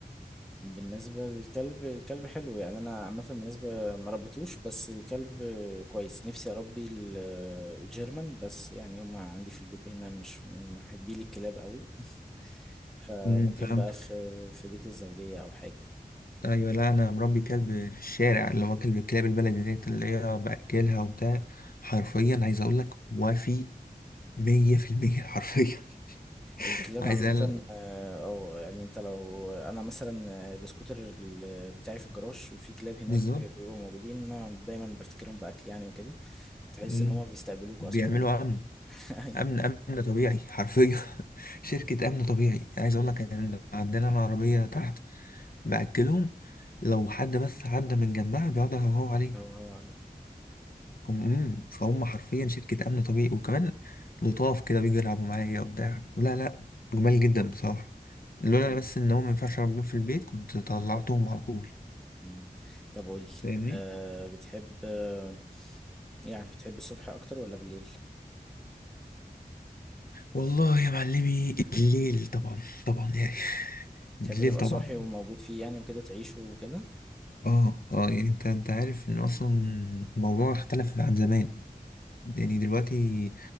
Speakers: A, in the centre; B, on the left (about 70°).
A: بالنسبة للكلب الكلب حلو يعني أنا عامة بالنسبة ما ربيتوش بس الكلب كويس نفسي أربي ال- آه، الجيرمان بس يعني هما عندي في البيت هنا مش من محبي لي الكلاب قوي <laughs> فممكن
B: امم فهمت
A: بقى في في بيت الزوجية أو حاجة
B: ايوه لا انا مربي كلب في الشارع اللي هو كلب الكلاب البلدي ديت اللي هي باكلها وبتاع حرفيا عايز اقول لك وفي 100% حرفيا <laughs>
A: الكلاب
B: عايز
A: عامة
B: اقول
A: آه، أو يعني أنت لو أنا مثلا آه، السكوتر ال- بتاعي في الجراج وفي كلاب هناك
B: بالظبط
A: بيبقوا موجودين أنا دايما بفتكرهم بأكل يعني وكده تحس
B: مم.
A: إن هما بيستقبلوك
B: بيعملوا
A: أصلا وأنت
B: عمل
A: <laughs>
B: امن امن طبيعي حرفيا <laughs> شركه امن طبيعي عايز اقول لك ان عندنا العربيه تحت باكلهم لو حد بس عدى من جنبها بيقعدوا يهوهوا عليه
A: هو هو عليه
B: هم أمم، فهم حرفيا شركه امن طبيعي وكمان لطاف كده بيجوا يلعبوا معايا وبتاع لا لا جمال جدا بصراحه لولا
A: طيب
B: بس ان هو ما ينفعش ربنا في البيت كنت طلعتهم
A: كنت أبيض
B: على طول
A: مم. طب قول لي
B: فاهمني
A: أه بتحب آه، يعني بتحب الصبح أكتر ولا بالليل؟
B: والله يا معلمي الليل طبعا طبعا يعني <laughs> الليل
A: تحب تبقى
B: طبعا
A: صاحي وموجود فيه يعني وكده تعيشه وكده؟
B: اه اه يعني انت انت عارف ان اصلا الموضوع اختلف عن زمان يعني دلوقتي